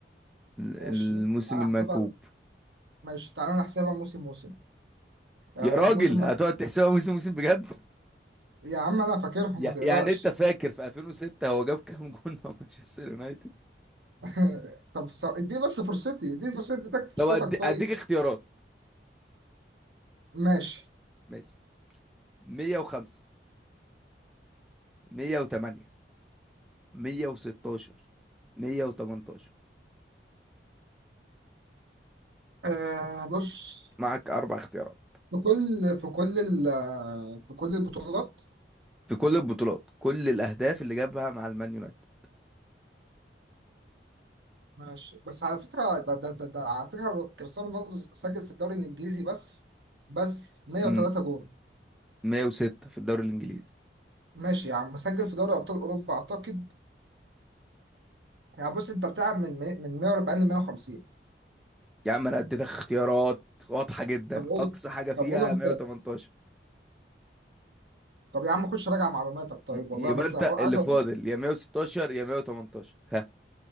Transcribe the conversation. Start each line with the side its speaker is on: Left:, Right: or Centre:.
Centre: الموسم
Right: ماشي تعالى
Centre: المنكوب
Right: نحسبها ماشي تعالى نحسبها موسم موسم آه
Centre: يا راجل
Right: موسم مت...
Centre: هتقعد تحسبها موسم موسم بجد
Right: يا عم انا فاكرهم
Centre: يع-
Right: ما تقلقش
Centre: يعني انت فاكر في 2006 هو جاب كام جون مع مانشستر يونايتد
Right: <laughs> طب س- اديني بس فرصتي اديني فرصتي اديك فرصتك
Centre: طب أدي-
Right: طيب
Centre: اديك اختيارات
Right: ماشي
Centre: ماشي 105 108 116 118
Right: آه بص
Centre: معك اربع اختيارات
Right: في كل في كل ال في كل البطولات
Centre: في كل البطولات كل الاهداف اللي جابها مع المان يونايتد
Right: ماشي بس على فكرة ده ده ده, ده على فكرة كريستيانو رونالدو سجل في الدوري الإنجليزي بس بس 103
Centre: امم
Right: جول
Centre: 106 في الدوري الانجليزي
Right: ماشي يا عم مسجل في دوري أبطال أوروبا أعتقد يعني بص أنت بتلعب من مي- من 140 ل 150
Centre: يا عم انا اديتك اختيارات واضحة جدا
Right: طب قول
Centre: اقصى حاجة فيها
Right: طب قول أنت
Centre: 118
Right: طب يا عم خش راجع معلوماتك طيب
Centre: ي-
Right: والله
Centre: يبقى
Right: بس
Centre: انت
Right: أقول-
Centre: اللي
Right: عايز أقول
Centre: فاضل
Right: لك-
Centre: يا 116 يا 118 ها